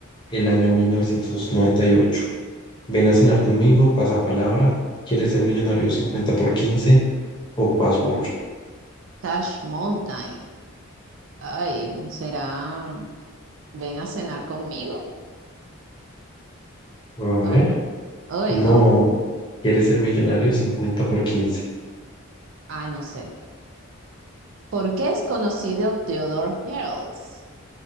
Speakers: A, on the left; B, on the right.
A: el año 1998? Ven a cenar conmigo, pasa palabra. ¿Quieres ser millonario 50 por 15 o Password?
B: Cash Mountain. Ay, será. ven a cenar conmigo.
A: A
B: Ah,
A: ver.
B: ay,
A: No,
B: no,
A: ¿quieres ser millonario? cincuenta por 15.
B: ay, no sé. ¿Por qué es conocido Theodore Herzl?